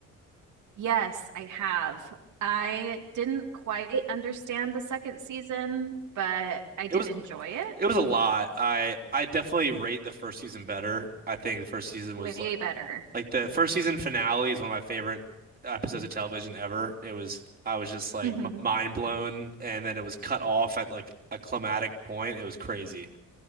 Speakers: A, on the right; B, on the right.
A: Yes, I have. I didn't quite understand the second season, but I did
B: It was
A: enjoy it
B: it was a lot. I I definitely rate the first season better. I think the first season was
A: way
B: like
A: better.
B: Like the first season finale is one of my favorite episodes of television ever. It was I was just like
A: hmm
B: m mind blown, and then it was cut off at like a climatic point. It was crazy.